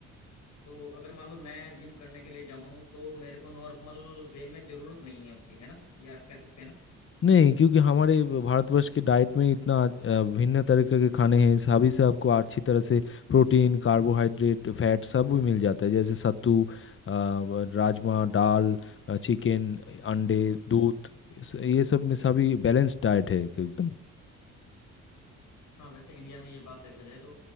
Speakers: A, on the left; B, on the left.
A: तो अगर मान लो मैं जिम करने के लिए जाऊं तो मेरे को नॉर्मल वे में जरूरत नहीं है उसकी है ना ये आप कह सकते हैं ना
B: नहीं क्योंकि हमारे भारतवर्ष के डाइट में इतना अ, भिन्न तरीके के खाने हैं सभी से आपको अच्छी तरह से प्रोटीन कार्बोहाइड्रेट फैट सब भी मिल जाता है जैसे सत्तू अ, राजमा दाल चिकन अंडे
A: हम्म
B: दूध इस- ये सब में सभी बैलेंस डाइट है एक- एकदम
A: हाँ वैसे इंडिया में ये बात देखा जाए तो